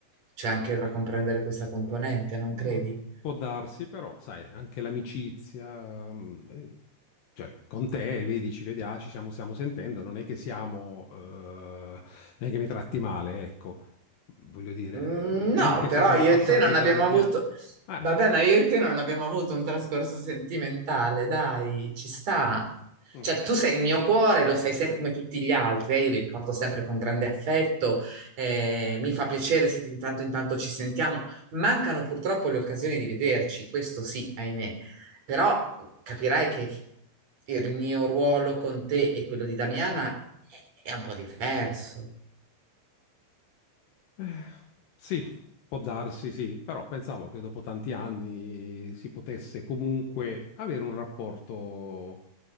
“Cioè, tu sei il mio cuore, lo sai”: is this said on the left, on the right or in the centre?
Right